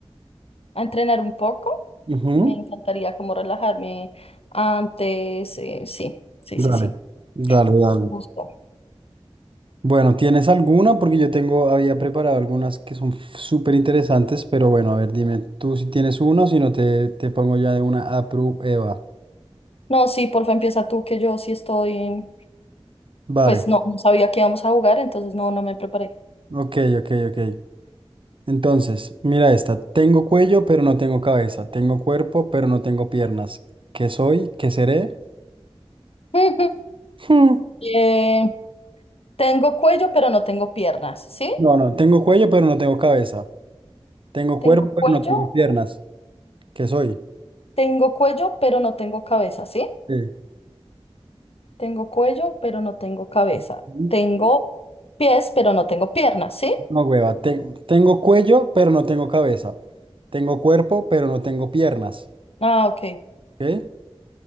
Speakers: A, on the left; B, on the right.
A: a entrenar un poco.
B: Ujú.
A: Me encantaría como relajarme antes. eh, sí, sí, sí,
B: Dale,
A: sí.
B: dale, dale.
A: Gusto.
B: Bueno, ¿tienes alguna? Porque yo tengo, había preparado algunas que son súper interesantes, pero bueno, a ver, dime tú si tienes uno, si no te, te pongo ya de una a prueba.
A: No, sí, porfa, empieza tú, que yo sí estoy.
B: Vale,
A: Pues no, no sabía que íbamos a jugar, entonces no, no me preparé.
B: ok, ok, ok. Entonces, mira esta. Tengo cuello, pero no tengo cabeza. Tengo cuerpo, pero no tengo piernas. ¿Qué soy? ¿Qué seré?
A: <laughs>
B: Hmm.
A: Eh, tengo cuello, pero no tengo piernas, ¿sí?
B: No, no. Tengo cuello, pero no tengo cabeza. Tengo
A: Tengo
B: cuerpo,
A: cuello,
B: pero no tengo piernas. ¿Qué soy?
A: tengo cuello, pero no tengo cabeza, ¿sí?
B: Sí.
A: Tengo cuello, pero no tengo cabeza.
B: Mm,
A: Tengo pies, pero no tengo piernas, ¿sí?
B: No, hueva. Ten- tengo cuello, pero no tengo cabeza. Tengo cuerpo, pero no tengo piernas.
A: Ah, ok.
B: ¿Ok?